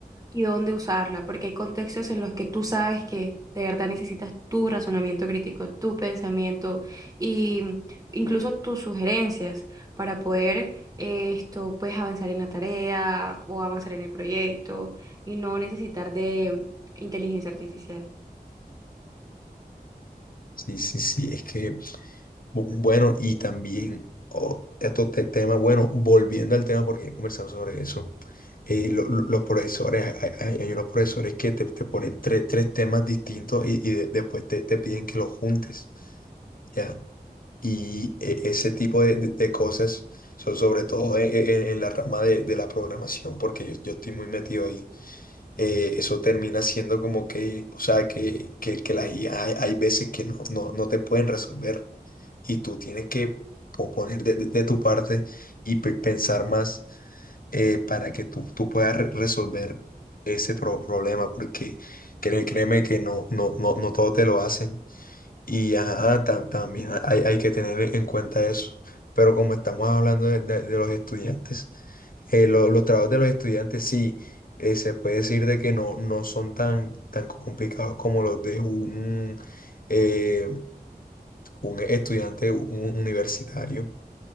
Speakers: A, on the right (about 20°); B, on the left (about 60°).
A: y dónde usarla, porque hay contextos en los que tú sabes que de verdad necesitas tu razonamiento crítico, tu pensamiento y mm, incluso tus sugerencias para poder eh, esto, pues avanzar en la tarea o avanzar en el proyecto y no necesitar de inteligencia artificial.
B: Sí, sí, sí, es que, bu- bueno, y también otro te- tema, bueno, volviendo al tema, porque he conversado sobre eso, eh, lo- lo- los profesores, hay, hay- hay unos profesores que te, te ponen tres, tres temas distintos y, y de- después te, te piden que los juntes, ¿ya? Y e- ese tipo de, de- de cosas son sobre todo en, en- en la rama de, de la programación, porque yo, yo estoy muy metido ahí eh, eso termina siendo como que, o sea, que, que, que la IA hay, hay veces que no, no, no te pueden resolver y tú tienes que po- poner de, de- de tu parte y pe- pensar más eh, para que tú, tú puedas re- resolver ese pro- problema, porque cré- créeme que no, no, no, no todo te lo hacen y ajá, tam- también hay, hay que tener en cuenta eso. Pero como estamos hablando de de- de los estudiantes, eh, lo- los trabajos de los estudiantes sí, eh, se puede decir de que no, no son tan, tan complicados como los de un, eh, un estudiante un- universitario,